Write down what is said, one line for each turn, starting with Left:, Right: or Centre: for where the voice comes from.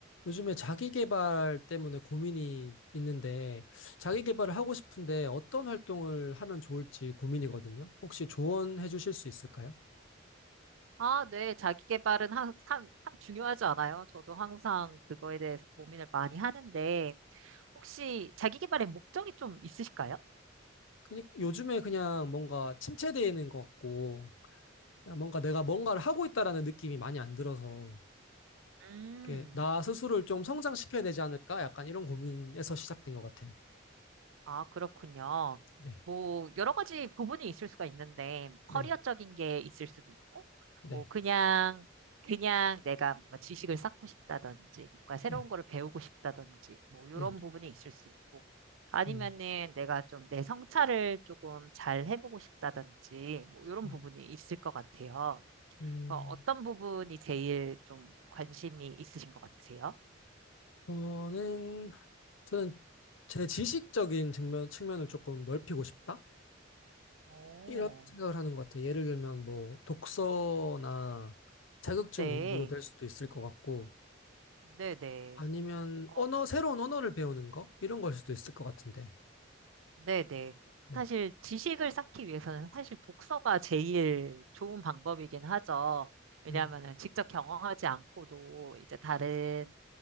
Left: 요즘에 자기 개발 때문에 고민이 있는데, 자기 개발을 하고 싶은데 어떤 활동을 하면 좋을지 고민이거든요. 혹시 조언해 주실 수 있을까요?
Right: 아, 네. 자기 개발은 항- 참, 참 중요하지 않아요? 저도 항상 그거에 대해서 고민을 많이 하는데, 혹시 자기 개발의 목적이 좀 있으실까요?
Left: 그니- 요즘에 그냥 뭔가 침체되는 것 같고, 그냥 뭔가 내가 뭔가를 하고 있다라는 느낌이 많이 안 들어서,
Right: 음.
Left: 이렇게 나 스스로를 좀 성장시켜야 되지 않을까? 약간 이런 고민에서 시작된 것 같아요.
Right: 아, 그렇군요.
Left: 네,
Right: 뭐, 여러 가지 부분이 있을 수가 있는데,
Left: 네,
Right: 커리어적인 게 있을 수도 있고,
Left: 네,
Right: 뭐, 그냥, 그냥 내가 뭔가 지식을 쌓고 싶다든지, 뭔가 새로운
Left: 네,
Right: 거를 배우고 싶다든지, 뭐, 이런
Left: 네.
Right: 부분이 있을 수 있고, 아니면은
Left: 음,
Right: 내가 좀 내 성찰을 조금 잘 해보고 싶다든지, 뭐, 이런
Left: 음,
Right: 부분이 있을 것 같아요.
Left: 음.
Right: 어, 어떤 부분이 제일 좀 관심이 있으신 것 같으세요?
Left: 저는 저는 제 지식적인 측면, 측면을 조금 넓히고 싶다?
Right: 오,
Left: 이런 생각을 하는 것 같아요. 예를 들면 뭐 독서나 자격증
Right: 네,
Left: 공부도 될 수도 있을 것 같고
Right: 네네.
Left: 아니면
Right: 어,
Left: 언어, 새로운 언어를 배우는 거? 이런 걸 수도 있을 것 같은데.
Right: 네네.
Left: 네.
Right: 사실 지식을 쌓기 위해서는 사실 독서가 제일 좋은 방법이긴 하죠. 왜냐하면은
Left: 음,
Right: 직접 경험하지 않고도 이제 다른